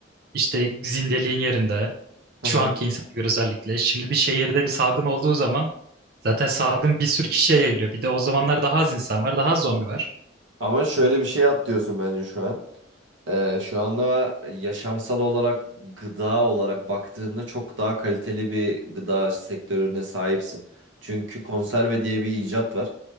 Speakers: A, on the right; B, on the right.
A: İşte zindeliğin yerinde.
B: Hı
A: Şu
B: hı.
A: anki insana göre özellikle. Şimdi bir şehirde bir salgın olduğu zaman zaten salgın bir sürü kişiye yayılıyor. Bir de o zamanlar daha az insan var, daha az zombi var.
B: Ama şöyle bir şey atlıyorsun bence şu an. Ee, şu anda yaşamsal olarak gıda olarak baktığında çok daha kaliteli bir gıda sektörüne sahipsin. Çünkü konserve diye bir icat var.